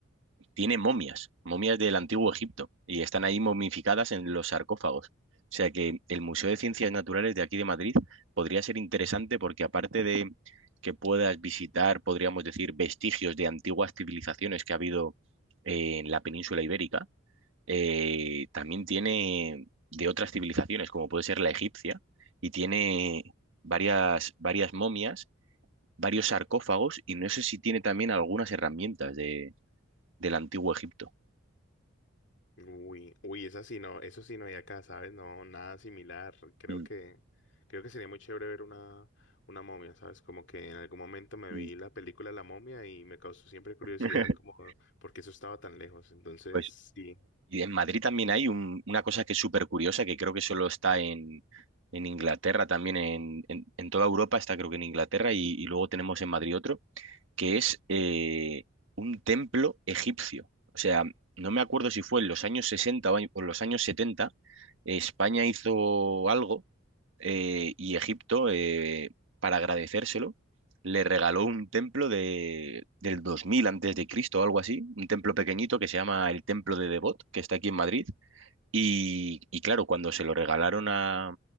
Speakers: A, on the right; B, on the left.
A: tiene momias, momias del Antiguo Egipto, y están ahí momificadas en los sarcófagos. O sea que el Museo de Ciencias Naturales de aquí de Madrid podría ser interesante porque aparte de que puedas visitar, podríamos decir, vestigios de antiguas civilizaciones que ha habido eh, en la península ibérica, eh, también tiene de otras civilizaciones, como puede ser la egipcia, y tiene varias, varias momias, varios sarcófagos, y no sé si tiene también algunas herramientas de, del antiguo Egipto.
B: Uy, uy, esa sí no, eso sí no hay acá, ¿sabes? No, nada similar. Creo
A: Mm,
B: que, creo que sería muy chévere ver una, una momia, ¿sabes? Como que en algún momento me
A: mm.
B: vi la película La Momia y me causó siempre curiosidad
A: <laughs>
B: como porque eso estaba tan lejos. Entonces,
A: Pues,
B: sí.
A: y en Madrid también hay un- una cosa que es súper curiosa, que creo que solo está en, en Inglaterra, también en, en- en toda Europa está creo que en Inglaterra, y, y luego tenemos en Madrid otro, que es eh, un templo egipcio. O sea, no me acuerdo si fue en los años 60 o año- o en los años 70, España hizo algo eh, y Egipto, eh, para agradecérselo, le regaló un templo de, del 2000 antes de Cristo o algo así, un templo pequeñito que se llama el Templo de Devot, que está aquí en Madrid. Y, y claro, cuando se lo regalaron a-